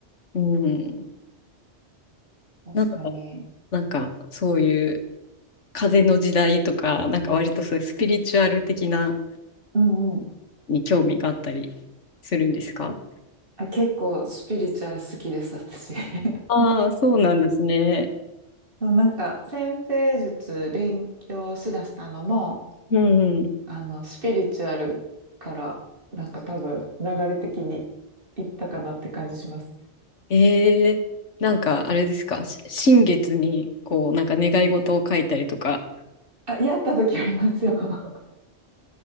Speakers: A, on the left; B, on the right.
A: うん。
B: 確かに。
A: なんか、なんかそういう風の時代とか、なんか割とそういうスピリチュアル的な
B: うんうん。
A: に興味があったりするんですか
B: あ、結構スピリチュアル好きです、私。<laughs>
A: ああー、そうなんですね。
B: そうなんか、占星術勉強しだしたのも、
A: うんうん。
B: あの、スピリチュアルから、なんか多分、流れ的にいったかなって感じします。
A: ええなんかあれですか、し新月にこうなんか願い事を書いたりとか、
B: あ、やった時ありますよ。<laughs>